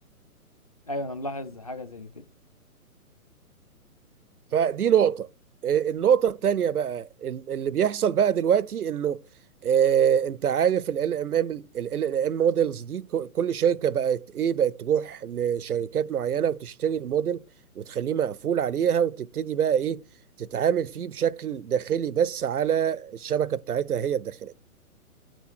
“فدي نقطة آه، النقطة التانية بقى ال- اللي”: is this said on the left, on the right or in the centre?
Right